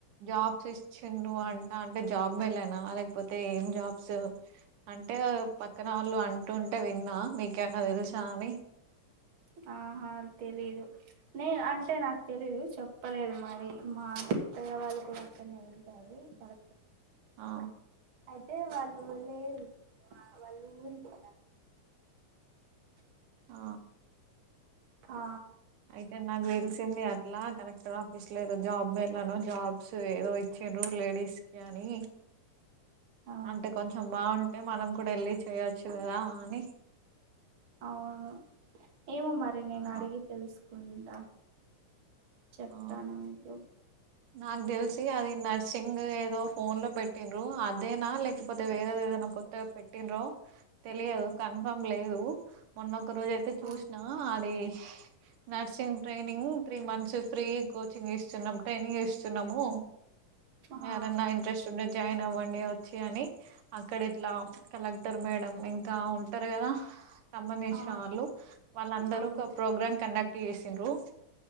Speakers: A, on the right; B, on the right.
A: జాబ్స్ ఇచ్చిండ అంటా అంటే జాబ్ మేళనా లేకపోతే ఏం జాబ్స్ అంటే పక్కన వాళ్ళు అంటుంటే విన్నా మీకేమనా తెలుసా అని
B: ఆహా తెలీదు నేను అంటే నాకు తెలీదు చెప్పలేదు మరి మా అత్తయ్య వాళ్ళు కూడా అక్కడనే వెళ్తారు కర
A: ఆ
B: అంటే వాళ్ళుళ్ళరు వాళ్ళు ఊరిగి
A: ఆ
B: ఆ
A: అయితే నాకు తెలిసింది అట్లా కలెక్టర్ ఆఫీస్ లో జాబ్ మేళాను జాబ్స్ ఏదో ఇచ్చిరు లేడీస్ కి అని
B: ఆ
A: అంటే కొంచెం బాగుంటే అంటే మనం కూడా వెళ్ళి చేయొచ్చు కదా అని
B: అవును ఏమో మరి నేను
A: ఆ
B: అడిగి తెలుసుకుంటా చెప్తాను
A: ఆ
B: మీకు
A: నాకు తెలిసి అది నర్సింగ్ ఏదో ఫోన్ లో పెట్టిన్రు అదేనా లేకపోతే వేరేదో ఏదైనా కొత్తగా పెట్టిన్రో తెలియదు కన్ఫామ్ లేదు మొన్న ఒక రోజు అయితే చూసినా
B: ఆ
A: అది nursing training three months free coaching ఇస్తున్నాం ట్రైనింగ్ ఇస్తున్నాము
B: ఆహా
A: ఎవరన్న ఇంట్రెస్ట్ ఉండే ద్ జాయిన్ అవ్వండి వచ్చి అని, అక్కడ ఇట్లా కలెక్టర్ మేడం ఇంకా ఉంటారు కదా. సంబంధించిన
B: ఆ
A: వాళ్ళు వాళ్ళందరూ
B: అవును
A: ఒక ప్రోగ్రాం కండక్. టీ ఏ సిండ్రు